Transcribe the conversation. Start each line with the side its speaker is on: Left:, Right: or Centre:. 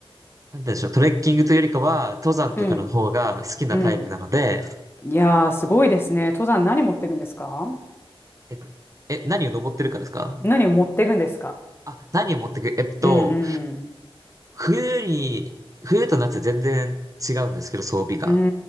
Right: なんて言うんでしょう、トレッキングというよりかは、登山とかの方が好きなタイプなので、
Left: うん。うん。いやー、すごいですね。登山何持っていくんですか
Right: え、え、何を登ってるかですか
Left: 何を持っていくんですか
Right: あ、何を持ってく、えっと、
Left: うんうん。
Right: 冬に、冬と夏全然違うんですけど、装備が。
Left: うー